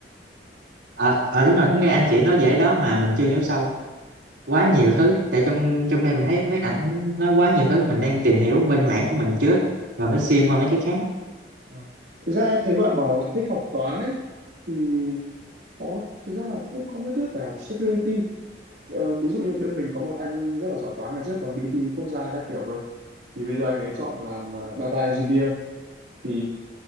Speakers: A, on the right; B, on the right.
A: ờ ờ đúng rồi cũng nghe anh chị nói vậy đó mà mình chưa hiểu sâu quá
B: Ờ,
A: nhiều thứ tại trong trong đây mình thấy mấy ảnh nói quá nhiều thứ mình đang tìm hiểu bên mảng của mình trước rồi mới xuyên qua mấy cái khác
B: ờ. thực ra thấy bạn bảo là bạn thích học toán ấy thì có thực ra là cũng không nhất thiết phải học security Ờ, ví dụ như bên mình có một anh rất là giỏi toán ngày trước còn đi thi quốc gia các kiểu cơ thì bây giờ anh ấy chọn làm ờ, data engineer thì